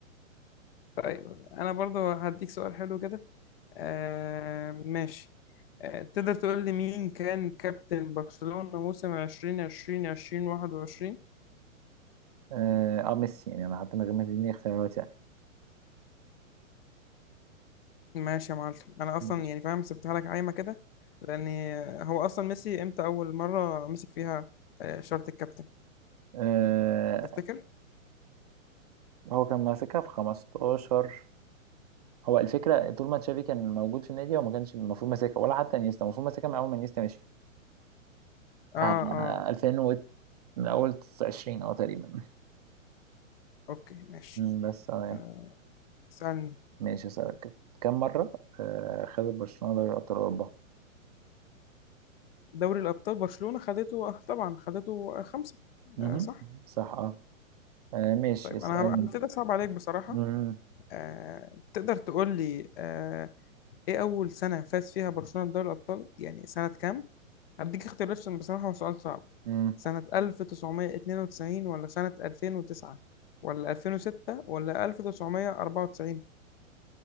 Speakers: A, on the left (about 45°); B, on the right (about 30°).
A: طيب أنا برضو هديك سؤال حلو كده آه ماشي آه تقدر تقول لي مين كان كابتن برشلونة موسم 2020 2021
B: اه آه، ميسي يعني انا حتى من غير ما تديني اختيارات يعني
A: ماشي يا معلم انا اصلا
B: ماشي.
A: يعني فاهم سبتها لك عايمه كده لان هو اصلا ميسي امتى اول مره مسك فيها آه، شارة الكابتن
B: آه
A: تفتكر
B: هو كان ماسكها في 15 هو الفكره طول ما تشافي كان موجود في النادي هو ما كانش المفروض ماسكها ولا حتى انيستا المفروض ماسكها من اول ما انيستا مشي
A: اه
B: بتاع
A: اه
B: 2000 و من أول 20 أه تقريبا
A: اوكي ماشي
B: مم، بس أه يعني
A: آه، اسالني
B: ماشي أسألك كده كم مرة آه، خدت برشلونة دوري أبطال أوروبا؟
A: دوري الابطال برشلونه خدته آه، طبعا خدته آه، خمسه
B: مهم.
A: آه صح
B: صح أه آه، ماشي
A: طيب
B: اسألني
A: انا هبقى هبتدي
B: كده
A: اصعب عليك بصراحه
B: مهم.
A: آه تقدر تقول لي آه ايه اول سنه فاز فيها برشلونه بدوري الابطال يعني سنه كام هديك اختيارات عشان بصراحة هو سؤال صعب
B: مم.
A: سنة 1992 ولا سنة 2009 ولا 2006 ولا 1994